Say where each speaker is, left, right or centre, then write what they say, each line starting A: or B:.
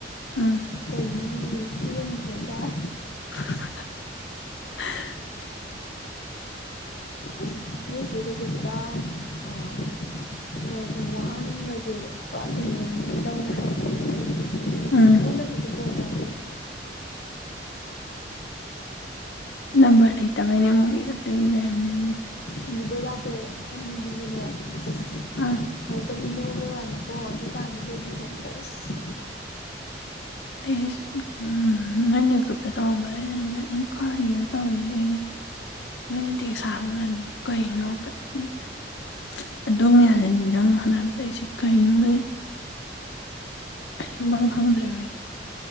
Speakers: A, on the left (about 80°); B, on the left (about 60°).
A: ꯎꯝ
B: ꯀꯩꯅꯣ ꯑꯅꯤ ꯆꯦꯟꯈ꯭ꯔꯖꯥꯔ
A: <inaudible>
B: ꯑꯁ ꯅꯣꯏ ꯆꯦꯒꯖꯦ ꯄꯨꯔꯥ ꯑ ꯀꯩꯅꯣ ꯋꯥꯍꯪꯒꯁꯦ ꯄꯨꯔꯥ ꯀꯩꯅꯣꯝ ꯇꯧꯅ ꯍꯪꯉꯛꯄꯗꯣ
A: ꯎꯝ
B: ꯑꯩꯉꯣꯟꯗ ꯕꯨꯗꯤ ꯀꯣꯜ ꯇꯧꯔꯛ
A: ꯅꯝꯕꯔ ꯂꯩ ꯇꯕꯩꯅꯦ ꯃꯣꯏ ꯒꯤꯗꯣ ꯑꯗꯨꯒꯤꯅꯦ ꯍꯥꯏꯃꯅꯦ ꯑꯗꯨꯅ
B: ꯀꯤꯕꯣꯏ ꯂꯥꯛꯄꯣꯏ ꯑꯅꯤꯗꯨꯁꯨꯅꯦ ꯑꯁ
A: ꯑ
B: ꯍꯧꯖꯤꯛꯇꯕꯨ ꯅꯣꯛꯑꯕ ꯋꯥꯅꯤꯀꯣ ꯑꯗꯨꯀꯥꯟꯗꯨꯗꯗꯤ ꯍꯦꯛꯇ ꯑꯁ
A: ꯑꯩꯁꯦ ꯏꯁ ꯎꯝ ꯅꯣꯏꯅ ꯒ꯭ꯔꯨꯞꯇ ꯇꯧꯔꯝꯕꯗꯣ ꯑꯩꯩꯅ ꯅꯤꯖꯪ ꯀꯥꯔꯤꯅꯣ ꯇꯧꯔꯤꯁꯦ ꯑꯩꯁꯦ ꯅꯣꯢꯅ ꯇꯤ ꯁꯥ ꯍꯪꯕ ꯃꯌꯥꯝꯗꯣ ꯀꯩꯅꯣ <unintelligible> ꯑꯗꯨ ꯃꯌꯥꯝꯗꯣꯅꯤꯡꯖꯪ ꯍꯣꯠꯅꯕꯗ ꯑꯩꯁꯦ ꯀꯩꯅꯣꯌꯦ ꯑꯩꯁꯨ ꯃꯔꯣꯜ ꯈꯪꯗ꯭ꯔꯦꯕ ꯑꯩ